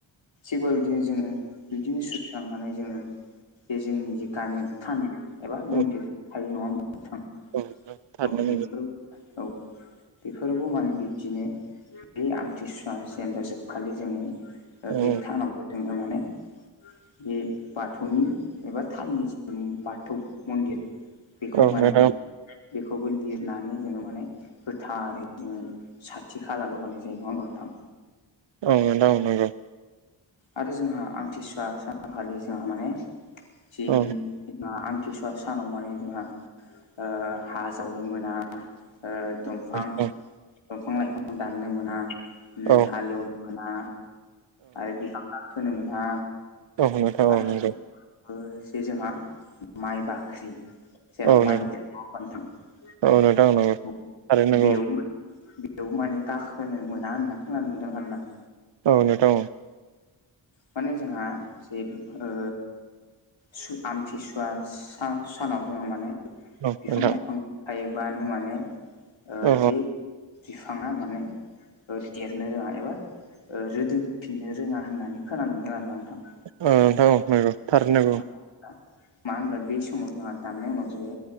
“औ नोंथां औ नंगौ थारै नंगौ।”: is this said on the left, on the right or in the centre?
Right